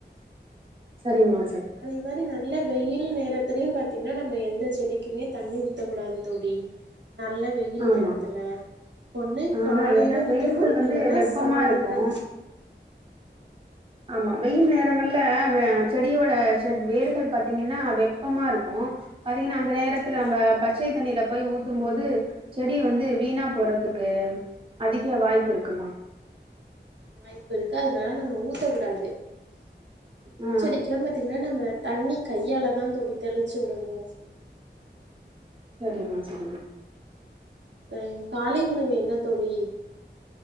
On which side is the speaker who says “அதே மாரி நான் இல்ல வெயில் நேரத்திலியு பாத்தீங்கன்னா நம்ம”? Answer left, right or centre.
Right